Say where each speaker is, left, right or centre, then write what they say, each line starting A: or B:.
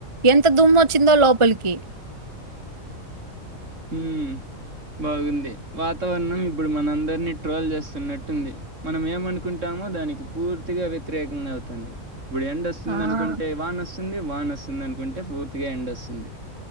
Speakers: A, on the right; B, on the right.
A: ఎంత దుమ్ వచ్చిందో లోపల్ పలికి
B: ఉహ్మీ బాగుంది. వాతావరణం ఇప్పుడు మనందరినీ ట్రోల్ చేస్తున్నట్టుంది. మనం ఏమనుకుంటామో దానికి పూర్తిగా వ్యతిరేకంగా అవుతుంది. ఇప్పుడు ఎండ వస్తుంది,
A: ఆ!
B: అనుకుంటే వాన్ వస్తుంది. వాన్ వస్త్ దనుకుంటే పూర్తిగా ఎండ్ వస్తుంది.